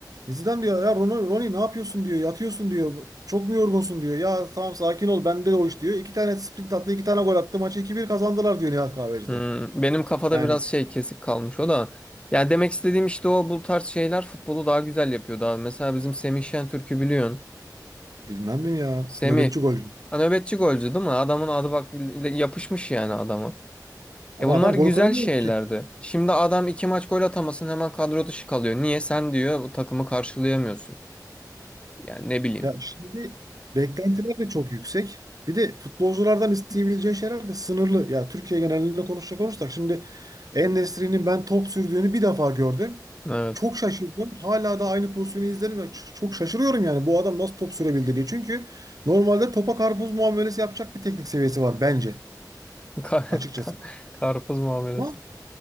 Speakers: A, on the right; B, on the left.
A: Zidane diyor ya Ronnie, Ronnie ne yapıyorsun diyor. Yatıyorsun diyor. Çok mu yorgunsun diyor. Ya tamam sakin ol bende de o iş diyor. İki tane sprint attı iki tane gol attı. Maçı iki bir kazandılar diyor Nihat Kahveci'de.
B: Hmm, benim kafada
A: Yani
B: biraz şey kesik kalmış o da. Yani demek istediğim işte o bu tarz şeyler futbolu daha güzel yapıyor daha Mesela bizim Semih Şentürk'ü biliyorsun.
A: bilmem mi ya.
B: Semih.
A: Nöbetçi golcü.
B: Ha, nöbetçi golcü değil mi? Adamın adı bak yapışmış yani adama.
A: Ama
B: E bunlar
A: adam gol
B: güzel
A: kralı
B: şeylerdi.
A: oldu
B: Şimdi adam iki maç gol atamasın hemen kadro dışı kalıyor. Niye? Sen diyor bu takımı karşılayamıyorsun. Yani ne bileyim.
A: Ya şimdi beklentiler de çok yüksek. Bir de futbolculardan isteyebileceği şeyler de sınırlı. Ya Türkiye genelinde konuşacak olursak şimdi En-Nesyri'nin ben top sürdüğünü bir defa gördüm.
B: Evet.
A: Çok şaşırdım. Hala da aynı pozisyonu izlerim. ve ç- Çok şaşırıyorum yani bu adam nasıl top sürebildi diye. Çünkü normalde topa karpuz muamelesi yapacak bir teknik seviyesi var bence
B: <laughs> Kar,
A: açıkçası.
B: kar- karpuz muamelesi.
A: Ama